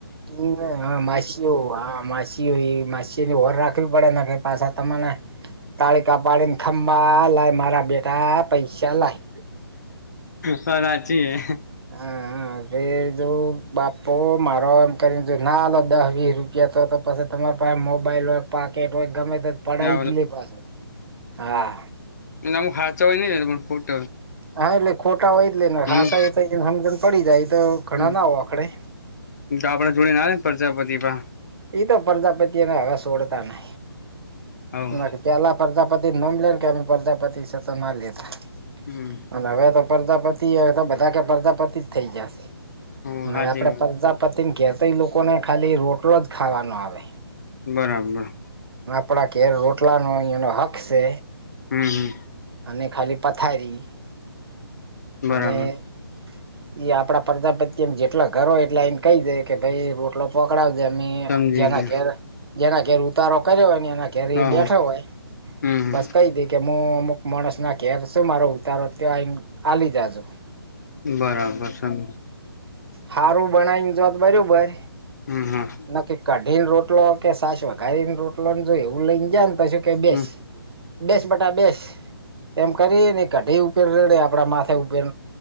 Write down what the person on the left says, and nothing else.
બાચી હ.
હે
એટલેમ ખાચા હોય નઈૂટ
હમ
હમ
તો આપડા જોડેને આવે ને પ્રજાપતિ પણ.
હવ
હમ
હ હાચી
વાત
બરાબર.
હમ હમ.
બરાબર.
સમજી
ગયો
હા
હમ
બરાબર સમ
હમ હા
હમ